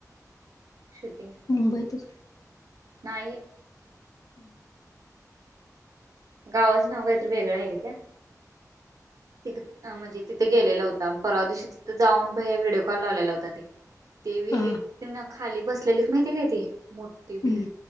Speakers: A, on the right (about 65°); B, on the left (about 65°).
A: शूटिंग
B: मुंबईतच
A: नाही
B: हम्म.
A: गावाचं नाव काहीतरी वेगळं आहे गं त्या. तिक अ म्हणजे तिथे गेलेला होता. परवा दिवशी तिथं जाऊन, भैय्या व्हिडिओ कॉल लावलेला होता ते. ते विहिरीत
B: अ
A: <unintelligible> खाली बसलेलीत माहिती काय ती? मोठी विहीरं
B: हम्म